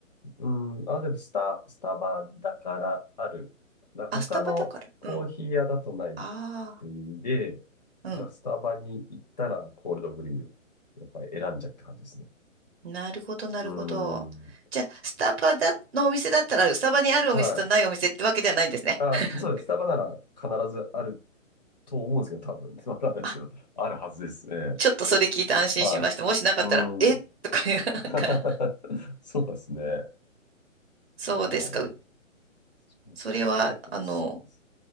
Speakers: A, on the left (about 30°); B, on the right (about 50°).
A: う。うん。あ、でもスタ、スタバだからある。だから他のコーヒー屋だとないっ
B: あ、スタバだから。うん。あ
A: ていう意味で、
B: あ、
A: だからスタバに行ったらコールドブリュー、
B: う
A: やっぱり選んじゃうって感じですね。
B: ん。なるほど、なるほど。
A: うん。
B: じゃあ、スタバだ、のお店だったら、スタバにあるお店とないお店ってわけではないんですね。
A: はい。あ、
B: <laughs>
A: そうです。スタバなら必ずあると思うんですけど、多分。<laughs> わかんないですけど、
B: あ、
A: あるはずです。ええ。
B: ちょっとそれ聞いて安心しました。
A: はい。
B: もしなかったら、
A: うん。
B: え <laughs> とかいう、
A: <laughs>
B: なんか、
A: そうですね。あ
B: そうですか。
A: ーそうそうそう。
B: それは、
A: ちょっとおすすめです。
B: あの、